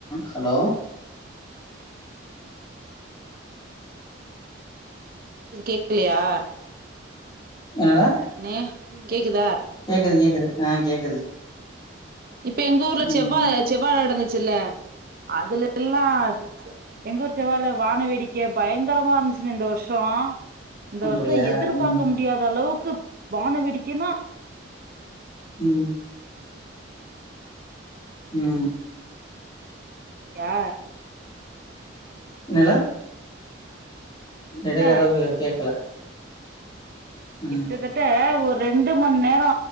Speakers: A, on the left; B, on the right.
A: ஹலோ
B: கேக்கலையா
A: என்னடா
B: அண்ணே கேக்குதா
A: கேக்குது கேக்குது ஆ கேக்குது
B: இப்ப எங்க ஊர்ல
A: ம்
B: செவ்வா செவ்வா நடந்துச்சுல்ல அதுல எல்லா எங்க ஊர் செவ்வால வான வேடிக்க பயங்கரமா இருந்துச்சுனே இந்த வருஷோ இந்த
A: அப்டியா
B: வருஷோ எதிர்பாக்க
A: ம்
B: முடியாத அளவுக்கு வான வேடிக்கைன்னா
A: உம் உம்
B: யா
A: என்னல எடைல
B: இல்ல
A: ஏதாவது கேக்கல ம்
B: கிட்ட தட்ட ஒர் ரெண்டு மணிநேரோ